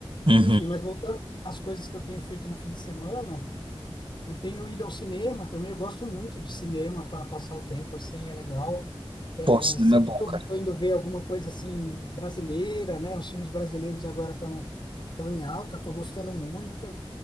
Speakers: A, on the right; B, on the left.
A: Uhum.
B: Enfim, mas voltando às coisas que eu tenho feito no fim de semana, eu tenho ido ao cinema também, eu gosto muito de cinema para passar o tempo, assim, é legal.
A: Pô,
B: É,
A: cinema
B: sempre
A: é bom,
B: tô,
A: cara.
B: tô indo ver alguma coisa assim brasileira, né? Os filmes brasileiros agora estão tão tão em alta, tô gostando muito.